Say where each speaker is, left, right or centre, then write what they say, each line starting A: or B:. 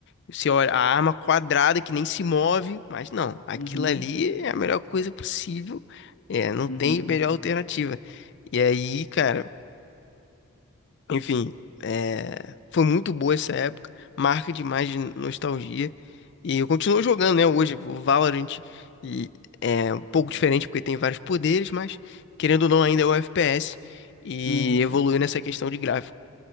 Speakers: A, on the left; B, on the left.
A: Você olha a arma quadrada que nem se move, mas não, aquilo
B: uhum,
A: ali é a melhor coisa possível. É, não
B: uhum,
A: tem melhor alternativa. E aí, cara, enfim, é, foi muito boa essa época, marca demais de nostalgia. E eu continuo jogando, né, hoje, o Valorant. E é um pouco diferente porque tem vários poderes, mas querendo ou não, ainda é o FPS e
B: uhum.
A: evoluiu nessa questão de gráfico.